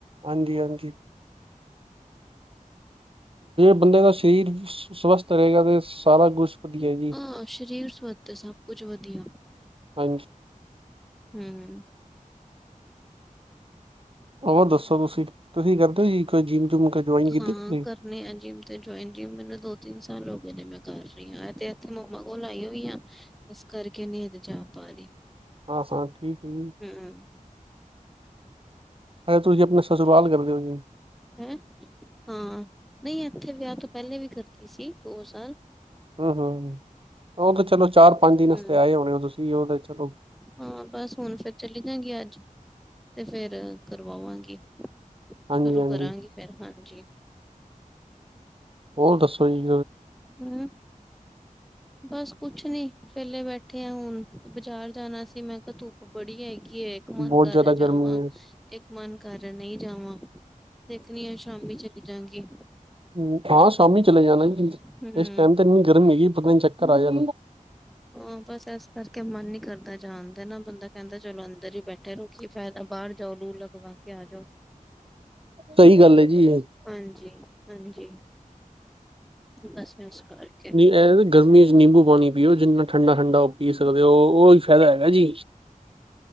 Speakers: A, on the right (about 40°); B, in the centre.
A: ਹਾਂਜੀ ਹਾਂਜੀ। ਬੰਦੇ ਦਾ ਸਰੀਰ ਸਵਸਥ ਰਹੇਗਾ ਤੇ ਸਾਰਾ ਕੁਛ ਵਧੀਆ ਜੀ।
B: ਰ ਸਰੀਰ ਸਵੱਥ ਸਭ ਕੁਛ ਵਧੀਆ।
A: ਹਾਂਜੀ।
B: ਹਮ।
A: ਉਹ ਦੱਸੋ ਤੁਸੀਂ ਤੁਸੀਂ ਕਰਦੇ ਹੋ ਕੋਈ ਜੀ। ਜਿੰਮ ਜੁਮ ਕ ਜੁਆਇਨ ਕੀਤੀ
B: ਹਾਂ
A: ਤੁਸੀਂ
B: ਕਰਨੇ ਅਜੀਮ ਤੇ ਜੋਇੰਜੀਮ ਮੈਨੂੰ ਦੋ ਤਿੰਨ ਸਾਲ ਹੋ ਗਏ ਨੇ ਮੈਂ ਕਰ ਰਹੀ ਹ ਤੇ ਇੱਥੇ ਮੰਮਾ ਕੋ ਲਾਈ ਹੋਈ ਆ ਇਸ ਕਰਕੇ ਨੀਂਦ ਜਾ ਪਾ ਰਹੀ।
A: ਹਾਂ ਹਾਂ ਠੀਕ ਹੈ ਜੀ
B: ਹਮ
A: ਅ ਤੁ ਜੀ ਆਪਣੇ ਸ ਸੁਰਆਾਲ ਕਰਦੇ ਹੋ ਜ।
B: ਹੈਂ ਹਾਂ ਨਹੀਂ ਇੱਥੇ ਵਿਆਹ ਤੋਂ ਪਹਿਲੇ ਵੀ ਕਰਦੀ ਸੀ ਦੋ ਸਾਲ।
A: ਹਮ ਹਮ ਉਹ ਤੇ ਚਲੋ ਚਾਰ ਪੰਜ ਨਸਤੇ
B: ਹਮ
A: ਆਏ ਹੋਣੇ ਹੋ ਤੁਸੀ ਉਹ ਚਲੋ
B: ਹਾਂ ਬਸ ਹੁਣ ਫਿਰ ਚਲੀ ਜਾਂਗੀ ਅੱਜ ਤੇ ਫੇਰ ਕਰਵਾਵਾਂਗੀ ਸ਼ੁਰੂ
A: ਹਾਂਜੀ ਹਾਂਜੀ
B: ਕਰਾਂਗੀ ਫੇਰ ਹਾਂਜੀ।
A: ਹੋਰ ਦੱਸੋ ਜੀ।
B: ਹਮ। ਬਸ ਕੁਛ ਨੀ ਪਲੇ ਬੈਠੇ ਆ ਹੁਣ ਬਾਜ਼ਾਰ ਜਾਣਾ ਸੀ ਮੈਂ ਕਿਹਾ ਧੁੱਪ ਬੜੀ ਹੈਏਗੀ। ਕੀ ਇੱਕ ਮਨ
A: ਬਹੁਤ
B: ਕਰਹਾ
A: ਜ਼ਿਆਦਾ
B: ਜਾਵਾਂ
A: ਗਰਮੀ ਹੈ
B: ਇੱਕ ਮਨ ਕਰ ਰਿਹਾ ਨਹੀਂ ਜਾਵਾਂ। ਦੇਖਣੀ ਆ ਸ਼ਾਮੀ ਚਲੇ ਜਾਗੀ।
A: ਹਮ ਹਾਂ ਸ਼ਾਮੀ ਚਲੇ ਜਾਣਾ।
B: ਹੂੰ
A: ਇਸ ਟਾਈਮ ਤੇ ਇੰਨੀ ਗਰਮੀ ਹੈਗੀ ਪਤਾ ਚੱਕਰ ਆ ਜਾ-'
B: ਹਾਂ ਬਸ ਇਸ ਕਰਕੇ ਮਨ ਕਰਦਾ ਜਾਣਦਾ ਨਾ ਬੰਦਾ ਕਹਿੰਦਾ ਚਲੋ ਅੰਦਰ ਹੀ ਬੈਠੇ ਰੁ ਕੀ ਫਾਇਦਾ ਬਾਹਰ ਜਾਓ ਦੂਰ ਲਗਵਾ ਕੇ ਆ ਜਾਓ।
A: ਸਹੀ ਗੱਲ ਹੈ ਜੀ।
B: ਹਾਂਜੀ ਹਾਂਜੀ। ਬਸ ਇਸ ਕਰਕੇ
A: ਨਹੀਂ ਇਹ ਗਰਮੀ ਚ ਨਹੀਂ ਨਿੰਬੂ ਪਾਣੀ ਪੀਓ ਜਨਾ ਠੰਡਾ ਠੰਡਾ ਉਹ ਪੀ ਸਕਦੇ ਹੋ। ਫਾਇਦਾ ਹੈਗਾ ਜੀ।